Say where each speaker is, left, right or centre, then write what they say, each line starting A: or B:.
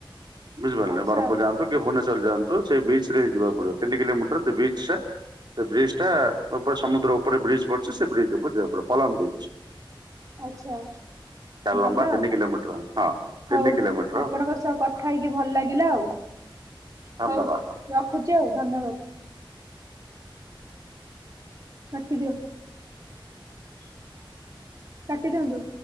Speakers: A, on the right; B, on the right.
A: ବୁଝିପାରିଲେନା
B: ଆଚ୍ଛା
A: ବ୍ରହ୍ମପୁର ଯାଆନ୍ତୁ। କି ଭୁବନେଶ୍ୱର ଯାଆନ୍ତୁ ସେଇ ବିଚ ରେ ଯିବାକୁ ପଡିବ ତିନି କିଲୋମିଟର ସେ ବିଚ ଟା। ସେ ବ୍ରିଜ ଟା ଉପରେ ସମୁଦ୍ର ଉପରେ ବ୍ରିଜ୍ ପଡଛି ସେ ବ୍ରିଜ ଉପରେ ଯିବାକୁ ପଡିବ ପଲମ ବ୍ରିଜ୍।
B: ଆଚ୍ଛା
A: ତାର
B: ଭଲ
A: ଲମ୍ବା
B: ଆଉ।
A: ତିନି କିିଲୋମିଟର ହଁ
B: ହଉ
A: ତିନି କିିଲୋମିଟ
B: ଆପଣଙ୍କ ସହ କଥା ହେଇକି ଭଲ ଲାଗିଲା ଆଉ, ହଉ
A: ଧନ୍ୟବାଦ।
B: ରଖୁଛି ଆଉ ଧନ୍ୟବାଦ। କାଟି ଦିଅ। କାଟି ଦିଅନ୍ତୁ।